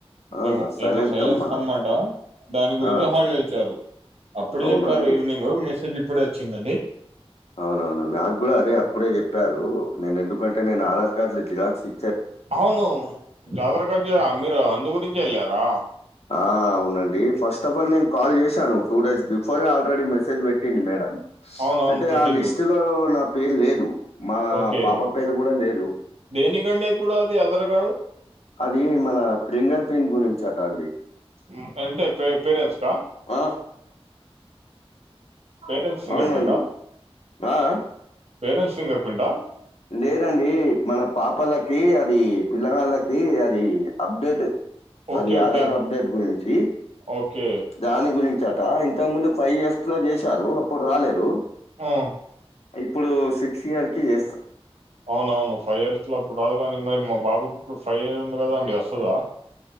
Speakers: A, on the left; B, on the right.
A: ఆహా!
B: ఏమో
A: సైలెంతమ్మ.
B: ఏమో సైలెన్స్ థంబ్ అటా దాని గురించి
A: ఆ!
B: హాలిడే ఇచ్చారు అప్పుడు
A: అవునా
B: చెప్తారు
A: అండి?
B: ఈవినింగ్ మెసేజ్ ఇప్పుడే వచ్చిందండి
A: అవునవును నాకు కూడా అదే అప్పుడే చెప్పారు నేను ఎందుకంటే నేను ఆధార్ కార్డు లు జిరాక్స్ ఇ
B: అవును జాతర గార్జ మీరు అందు గురించే వెళ్ళారా
A: ఆ అవునండి ఫస్ట్ ఆఫ్ ఆల్ నేను కాల్ చేశాను టూ డేస్ బిఫోర్ ఏ ఆల్రెడీ మెసేజ్ పెట్టింది మేడం
B: అవునవును
A: అయితే
B: పెట్టిండ్రు.
A: ఆ లిస్టు లో నా పేరు లేదు మా
B: ఓకే.
A: పాప పేరు కూడా లేదు
B: దేనికండి ఇప్పుడు అది ఆధార్ కార్డు
A: అది మన ఫింగర్ ప్రింట్ గురించట అండి
B: ఉ అంటే పే పేరెంట్స్కా
A: ఆ
B: పరెంట్స్ సింగర్
A: అవునండి.
B: ప్రింట్ హా
A: ఆ! ఆ!
B: పేరెంట్స్ సింగర్ ప్రింట్ హా
A: లేదండి మన పాపలకి అది పిలగాన్లకి అది అప్డేట్
B: ఓకే.
A: అది
B: ఓకే.
A: ఆధార్ అప్డేట్ గురించి
B: ఓకే.
A: దాని గురించట ఇంతకు ముందు ఫైవ్ ఇయర్స్ లో చేశారు అప్పుడు రాలేదు
B: ఆ
A: ఇప్పుడు సిక్స్ ఇయర్ కి చే
B: అవునవును ఫైవ్ ఇయర్స్ లో అప్పుడు రాదుగాని మరి మా బాబుకి ఇప్పుడు ఫైవ్ ఇయర్స్ ఉంది కదా అండి వస్తాద